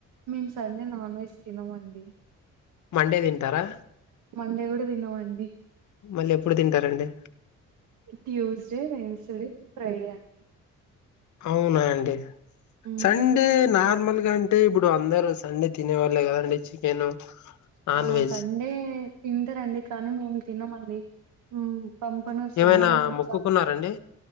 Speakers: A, on the right; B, on the left.
A: మేము సండే నాన్ వెజ్ తినమండి
B: మండే తింటారా
A: మండే కూడా తినవండి
B: మళ్ళీ ఎప్పుడు తింటారండి
A: ట్యూస్డే వెమ్స్డే ఫ్రైడే అండి
B: అవునా అండి
A: మ్మ్.
B: సండే నార్మల్గా అ అంటే ఇప్పుడు అందరు సండే తినే వాళ్ళే కదండి చికెన్ నాన్
A: ఆ
B: వెజ్
A: సండే తింటరండి కానీ మేము తినమండి ఉ పంపన సుబ్రమణ్యం
B: ఏమైనా మొక్కుకున్నారండి
A: శాల్.